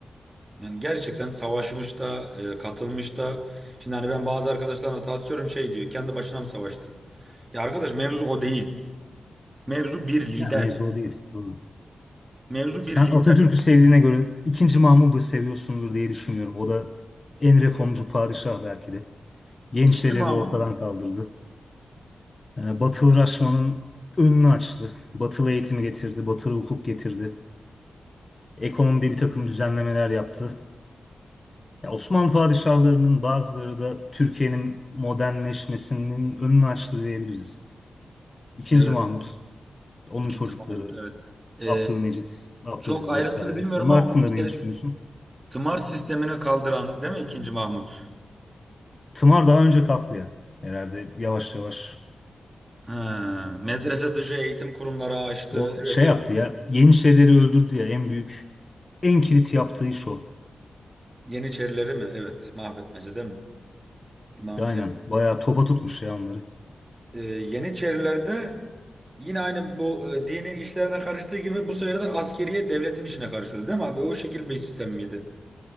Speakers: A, on the right (about 25°); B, on the left (about 35°).
A: yani gerçekten savaşmış da e, katılmış da şimdi hani ben bazı arkadaşlarımla tartışıyorum şey diyor kendi başına mı savaştı? Ya arkadaş mevzu o değil. Mevzu bir lider.
B: Ya mevzu o değil. Doğru.
A: Mevzu
B: Sen
A: bir lider.
B: Atatürk'ü sevdiğine göre ikinci Mahmud'u seviyorsundur diye düşünüyorum. O da en reformcu padişah belki de. Yeniçerileri
A: İkinci Mahmut
B: ortadan
A: mu?
B: kaldırdı. Ee, Batılı Raşman'ın önünü açtı. Batılı eğitimi getirdi. Batılı hukuk getirdi. Ekonomide bir takım düzenlemeler yaptı. Ya Osmanlı padişahlarının bazıları da Türkiye'nin modernleşmesinin önünü açtı diyebiliriz. İkinci
A: Evet.
B: Mahmut, onun
A: ikinci
B: çocukları
A: Mahmut evet. E,
B: Abdülmecit, Abdülaziz
A: çok ayrıntılı
B: vesaire.
A: bilmiyorum
B: Onlar
A: ama
B: hakkında
A: bu işte
B: ne düşünüyorsun?
A: tımar sistemini kaldıran değil mi ikinci Mahmut?
B: Tımar daha önce kalktı ya herhalde yavaş yavaş.
A: Ha, medrese dışı eğitim kurumları açtı.
B: O
A: Evet
B: şey
A: evet.
B: yaptı ya Yeniçerileri öldürdü ya en büyük en kilit yaptığı iş o.
A: Yeniçerileri mi? Evet. Mahvetmece değil mi? Mant
B: Aynen
A: evet.
B: bayağı topa tutmuş ya onları.
A: E, Yeniçerilerde Yine aynı bu e, dini işlerine karıştığı gibi bu sefer de askeriye devletin işine karışıyordu değil mi abi? O şekil bir sistem miydi?